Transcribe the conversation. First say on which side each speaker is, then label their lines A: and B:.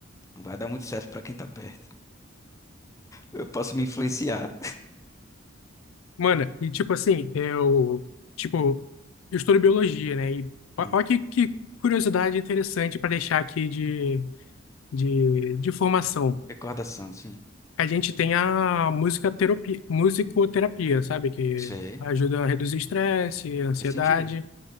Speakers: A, on the left (about 15°); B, on the left (about 90°).
A: não vai dar muito certo pra quem tá perto. Eu posso me influenciar.
B: Mano, e tipo assim, eu, tipo, eu estudo biologia, né? E
A: Hum,
B: olha que, que curiosidade interessante para deixar aqui de, de, de formação.
A: Recordação, sim.
B: A gente tem a música musicoterapia, musicoterapia, sabe? Que
A: Você
B: ajuda a reduzir estresse, ansiedade.
A: faz sentido.